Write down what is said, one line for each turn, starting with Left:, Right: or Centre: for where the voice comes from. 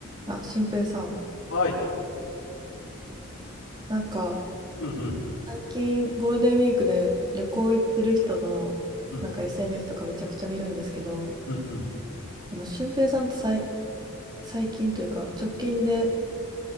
Right: あ、俊平さん、
Left: はい。
Right: なんか
Left: うんうん。
Right: 最近ゴールデンウィークで旅行行ってる人のなんか
Left: うん。
Right: SNS とかめちゃくちゃ見るんですけど、
Left: うんうん。
Right: あの俊平さんってさい最近というか直近で